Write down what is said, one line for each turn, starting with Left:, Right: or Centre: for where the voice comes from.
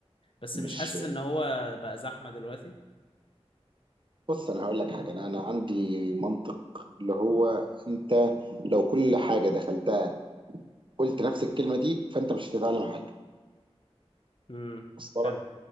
Left: بس
Right: مش
Left: مش حاسس إن هو بقى زحمة دلوقتي
Right: بص انا هقول لك حاجه انا انا عندي منطق اللي هو انت لو كل حاجه دخلتها قلت نفس الكلمه دي فانت مش هتتعلم حاجه
Left: امم
Right: وصل
Left: حلو
Right: لك؟